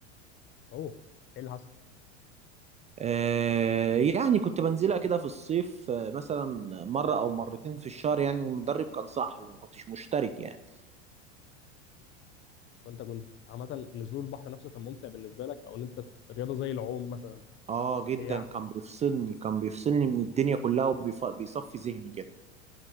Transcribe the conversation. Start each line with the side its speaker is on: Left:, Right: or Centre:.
Left: اوه ايه اللي حصل
Right: آه، يعني كنت بنزلها كده في الصيف آه، مثلا مرة أو مرتين في الشهر يعني المدرب كان صاحبي ما كنتش مشترك يعني
Left: وانت كنت عامه نزول البحر نفسه كان ممتع بالنسبه لك او ان انت رياضه زي العوم مثلا
Right: اه جدا
Left: هي ع-
Right: كان بيفصلني كان بيفصلني من الدنيا كلها وبيصفي ذهني كده